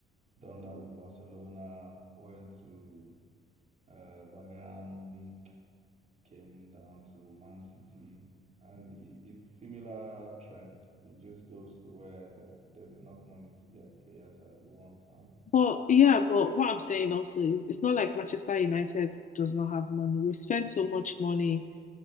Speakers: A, on the right; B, on the left.
A: Done that with Barcelona. Went to uh, Bayern Munich. came down to Man City, and i- it's similar trend. It just goes to where there's enough money to get players that you want. And
B: But yeah, but what I'm saying also is it's not like Manchester United does not have money. We've spent so much money